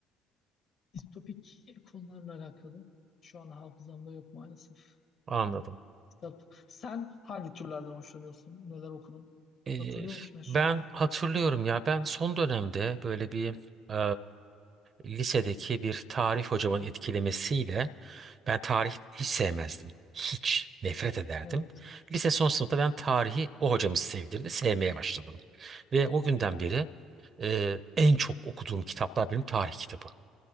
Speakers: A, on the left; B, on the right.
A: distopik konularla alakalı. Şu an hafızamda yok maalesef.
B: Anladım.
A: Kitap. Sen hangi türlerden hoşlanıyorsun? Neler okudun?
B: Ee,
A: Hatırlıyor musun en son?
B: ben hatırlıyorum ya ben son dönemde böyle bir e, lisedeki bir tarih hocamın etkilemesiyle ben tarih hiç sevmezdim. Hiç nefret ederdim.
A: Evet.
B: Lise son sınıfta ben tarihi o hocamız sevdirdi, sevmeye başladım. Ve o günden beri e, en çok okuduğum kitaplar benim tarih kitabı.